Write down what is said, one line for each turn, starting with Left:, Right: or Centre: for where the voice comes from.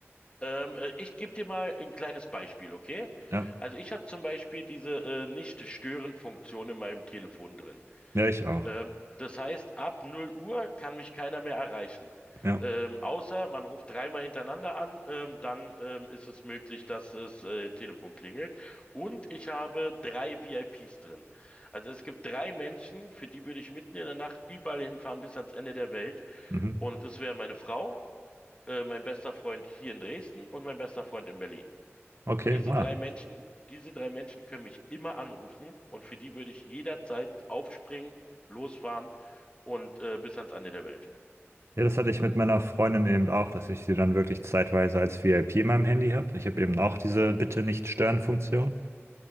Left: Ähm, äh, ich gebe dir mal ein kleines Beispiel, okay?
Right: Ja,
Left: Also ich habe zum Beispiel diese äh, Nicht-Stören-Funktion in meinem Telefon drin.
Right: ja, ich auch.
Left: Ähm, das heißt, ab 0 Uhr kann mich keiner mehr erreichen.
Right: Ja,
Left: Ähm, außer man ruft dreimal hintereinander an, ähm, dann ähm, ist es möglich, dass das äh, Telefon klingelt. Und ich habe drei VIPs drin. Also es gibt drei Menschen, für die würde ich mitten in der Nacht überall hinfahren bis ans Ende der Welt.
Right: mhm.
Left: Und das wäre meine Frau, äh, mein bester Freund hier in Dresden und mein bester Freund in Berlin.
Right: Okay,
Left: Diese
Right: wow.
Left: drei Menschen, diese drei Menschen können mich immer anrufen und für die würde ich jederzeit aufspringen, losfahren und äh, bis ans Ende der Welt.
Right: Ja, das hatte ich mit meiner Freundin eben auch, dass ich sie dann wirklich zeitweise als VIP in meinem Handy habe. Ich habe eben auch diese Bitte nicht stören Funktion.